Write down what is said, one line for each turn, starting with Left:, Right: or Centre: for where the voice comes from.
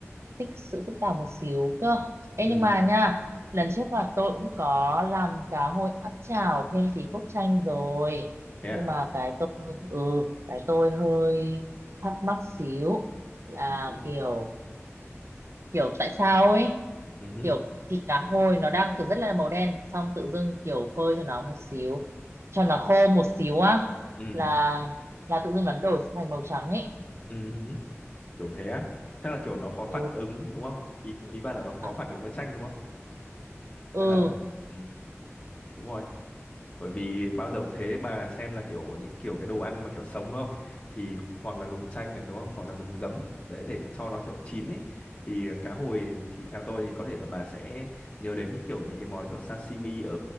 Right: thích sự phức tạp một xíu cơ Ê
Left: ừ
Right: nhưng mà nha lần trước là tôi cũng có làm cá hồi áp chảo thêm tí cốt chanh rồi
Left: thế à
Right: nhưng mà cái tôi ừ cái tôi hơi thắc mắc xíu là
Left: ừ hứ,
Right: kiểu kiểu tại sao ấy
Left: ừ hứ,
Right: kiểu thịt cá hồi nó đang kiểu rất là màu đen xong tự dưng kiểu phơi cho nó một xíu cho nó khô một xíu á
Left: ừ
Right: là là tự dưng nó đổi thành màu trắng ấy
Left: ừ kiểu thế á chắc là kiểu nó khó
Right: ừ
Left: phản ứng đúng không ý ý bạn là nó khó
Right: à
Left: phản
Right: thế
Left: ứng với
Right: à?
Left: chanh đúng không hay
Right: ừ
Left: là ừ đúng rồi bởi vì bao giờ cũng thế bà xem là kiểu những kiểu cái đồ ăn mà kiểu sống đúng không thì hoặc là dùng chanh này đúng không hoặc là dùng giấm đấy để
Right: ừ,
Left: cho nó kiểu chín ấy thì cá hồi thì theo tôi thì có thể là bà sẽ nhớ đến kiểu những cái món kiểu sashimi ở